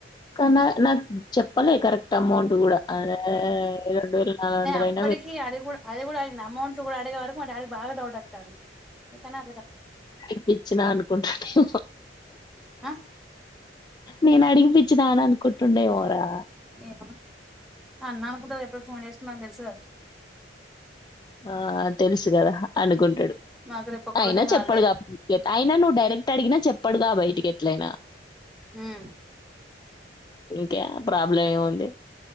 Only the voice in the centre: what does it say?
అప్పటికి
అది కూడా అది కూడా అడిగిన అమౌంట్ కూడా అడిగే వరకు మా బాగా డౌడ్తాంది ఇట్లనా
ఆ
ఏమో అన్నా అనుకుంటు ఎప్పటికి ఫోన్ చేసుకున్నాని తెలుసు గా
మాకు రేపు ఒక
రోజే హాలిడే
హ్మ్